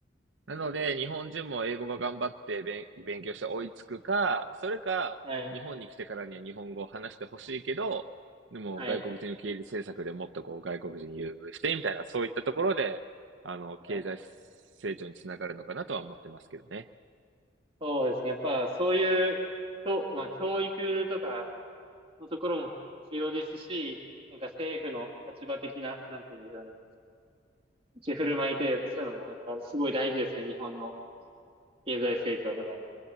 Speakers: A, on the right (about 75°); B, on the right (about 30°).
A: なので、日本人も英語が頑張って勉勉強して追いつくか、それか、
B: はい。
A: 日本に来てからには日本語を話してほしいけど、でも外国人受け入れ政策でもっとこう外国人優遇してみたいな、
B: はい。
A: そういったところで、あの、経済成長につながるのかなとは思ってますけどね。
B: はい。そうですね。やっぱそういう、と、まあ教育とかのところも必要ですし、なんか政府の立場的な、なんていうんですかね。立ち振る舞いというかそういうのもやっぱすごい大事ですね。日本の経済成長とかに